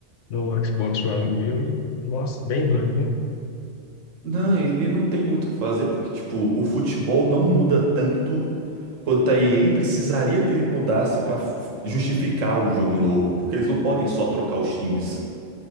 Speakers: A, on the left; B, on the right.
A: no Xbox de um amigo meu. E, nossa, bem ruim, viu?
B: Não, e, e não tem muito o que fazer, porque, tipo, o futebol não muda tanto quanto a EA precisaria que ele mudasse pra f- justificar o jogo novo, porque eles não podem só trocar os times.